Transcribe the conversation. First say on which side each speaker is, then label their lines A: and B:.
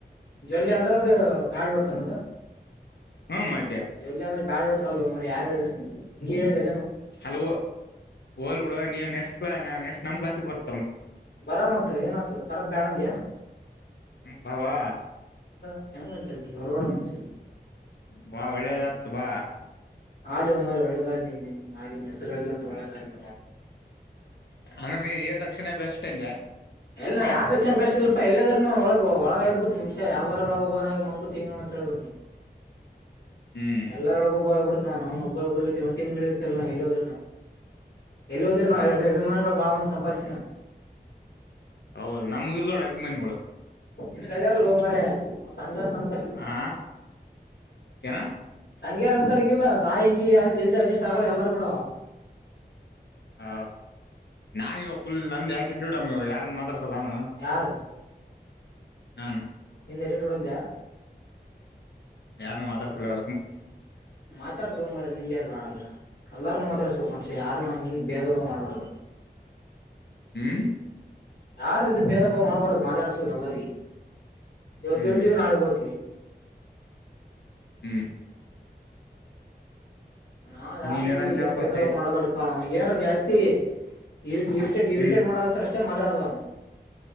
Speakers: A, on the left; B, on the left.
A: ಜ್ವಲ್ಯ ಅಂದ್ರ ಅದ ಬ್ಯಾಡ್ ವಡ್ಸನದು.
B: ಹ್ಮ ಮತ್ತೆ
A: ಜ್ವಲ್ಯ ಅಂದ್ರ ಬ್ಯಾಡ್ ವಡ್ಸ ಅಲ್ಲಾ ಹೊ ಮಾರಯ್ಯ ಯಾರ ಹೇಳಿದ್ರ ನಿನ್ಗ ಹಿಂಗೆ ಹೇಳಿದ.
B: ಅಲ ಹೋ ಹೊಲಿ ಬಿಡು ನೀವು ನೆಕ್ಸ್ಟ ನೆಸ್ಟ ನಮ್ಮ್ ಕ್ಲಾಸ್ಗಿ ಬರ್ತ.
A: ಬರಮ ಮತಾ ಏನಾತದ ಬರದ ಬ್ಯಾಡಂದಯನ.
B: ಬಾ ಬಾ
A: ಹ ಅಂತಲೀ ನೀ ಬರ್ಬಡ್ದ ಅನ್ಸ
B: ಬಾ ಒಳ್ಳೆದಾತ ಬಾ.
A: ಹಾಲಿ ಹೋ ಮಾರಯ್ಯ ಒಳ್ಳೆದಾಲ ನಿನ್ನ ಮಾರಿನ ಹೆಸರು ಹೇಳಿಕಂತ ಒಳ್ಳೆದಲ <unintelligible>
B: ಅಂದ್ರೆ ನೀ ಎ ಸೆಕ್ಷನ್ ಬೆಸ್ಟಂದಾ
A: ಎಲ್ಲ ಯಾವ ಸೆಕ್ಷನ್ ಬೆಸ್ಟ್ ಇಲಪ ಎಲ್ಲಾದ್ರೂ ನ ಒಳಗ ಒಳಗಾಗಿ ಬಿಡುತೀನಿ ಮನುಷ ಎಲ್ಲರಹೊಳಗ ಒಳಗ ಒಬ್ಬನಾಗಿ ಮಂಕುತಿಮ್ಮ ಅಂತ ಅಂತ ಹೇಳಿಬಿಡ್ತೀನಿ
B: ಹ್ಮ್
A: ಎಲ್ಲಾರ ಒಳಗೊಬ್ಬ ಆಗಿಬಿಡತಿನಿ ನಾನು ಒಬ್ಬರೊಬ್ಬ್ರ ಗತೆ ಒಂದ ಟಿಮ್ ಇ ಡ ಕತಿರಲ್ಲ ನಾ ಎಲ್ಲಿದ್ರೂನು ಎಲ್ಲಿ ಹೋದ್ರಿನು ನಾವು
B: ಹೌದು
A: ಅಭಿಮಾನಿಗಳು ಬಾಳ ಸಂಪಾದಿಸಿ ನಾನ
B: ಹೌದು ನಮಗಿಲ್ ನೋಡ ಅಭಿಮಾನಿಗಳ
A: ನಿನಗ ಅದರಲ್ಲೋ ಮರಯ್ಯ ಸಂಘ ಅಂತರ್ಗಿಲ್ಲ
B: ಹಾ ಏನಾ
A: ಸಂಗ್ಯಾರ ಅಂತರಿಗಿಲ್ಲ ಸಾಯಿಗಿ ಯಾರ ಜಲ್ದಿ ಅಡ್ಜಸ್ಟ್ ಆಗಲ್ಲ ಎಲ್ಲಾರೂ ಗೂಡ
B: ಹ ನಾವ ಇವಾಗ ಫುಲ್ ನಂದ ಫುಲ್ ಆಟಿಟ್ಯೂಡ್ ಮ ಇವಗ ಯಾರರ ಮಾತಡಸತಾರ್ ಚೋಲಾನು
A: ಯಾರ
B: ನಾನ
A: ನಿಂದ ಯಾಟಿಟುಡ್ ಅಂದ
B: ಯಾರನಾ ಮಾತಾಡ್ತಿರಲ್ಲ
A: ಮಾತಾಡಸ ಹೋ ಮಾರಯ್ಯ ನಿನಗ ಯಾರ್ ಬ್ಯಾಡಂದ್ರ ಎಲ್ಲಾರನ ಮಾತಾಡ್ಸೋಕ ಮನ್ಷೆ ಯಾರ ಹಂಗಿಂಗ ಭೇದ ಭಾವ ಮಾಡಬಾರದ
B: ಹ್ಮ್
A: ಯಾರ್ದ ಭೇದ ಭಾವ ಮಾಡ್ಬಾಡದು ಮಾತಾಡಸ್ಬೇಕು ಎಲ್ಲರಿಗ. ಇವತ್ತರತಿವಿ
B: ಹ್ಮ್
A: ನಾಳಿಗ ಹೋಗ್ತೀವಿ.
B: ಹ್ಮ್
A: ನಾ ಯಾರಗಿ
B: ನೀನ್ರಂತಪ
A: ಏನ್ ಬೇದ
B: ಸೈ
A: ಮಾಡಲಾಡಪ್ಪಾ ನನಗ ಏನರ ಜಾಸ್ತಿ. ಇರಿ ಇರಿಟೇಡ ಇರಿಟೇಡ
B: ಹ್ಮ್
A: ಮಾಡಕತ್ತರ ಅಷ್ಟೇ ಮಾತಾಡಲ್ಲ ನಾನು